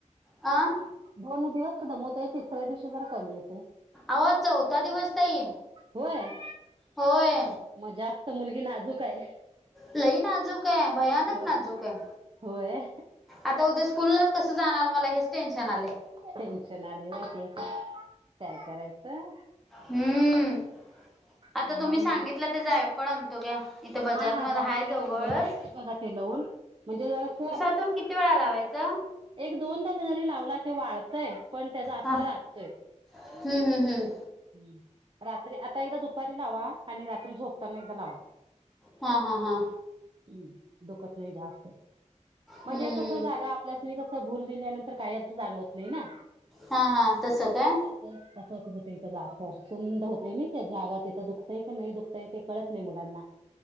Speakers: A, in the centre; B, on the right.
A: आं.
B: दोन दिवस दमवतय, तिसऱ्या दिवशी जरा कमी येतय.
A: आवो आज चौथा दिवस ताई
B: वय.
A: होय.
B: म जास्त मुलगी नाजूक आहे.
A: लइ नाजूक आहे, भयानक
B: होय
A: नाजूक आहे.
B: होय.
A: आता उद्या स्कूलला कसं जाणार मला हेच टेन्शन आलंय.
B: टेन्शन आले होते काय करायचं.
A: हम्म आता
B: लहान
A: तुम्ही सांगितलंत.
B: मुल
A: इथे जायफळ आणतो घ्या इथे बजार
B: हा हा
A: मध
B: जायफळ
A: हाय जवळच.
B: लावून बघा नक्की बघा ते लावून म्हणजे जरासं.
A: तुन किती वेळा लावायचं.
B: एक दोन दाणे जरी लावला ते वाळ. हय पण त्याचा असर
A: हा
B: असतोय.
A: हम्म हम्म हम्म
B: हम्म रात्री आता एकदा दुपारी लावा आणि रात्री झोपताना एकदा लावा.
A: हा हा हा.
B: उम दुखत नाही जास्त म्हणजे
A: हम्म
B: कसं जागा आप आपल्यास नी कसं भूल दिल्यानंतर कायच जाणवत नाही ना.
A: हा हा तसं काय?
B: तसं एक होतंय इथं जाफर सुंद होतय नाही जागा तिथं दुखतय की नाही दुखतय ते कळत नाही मुलांना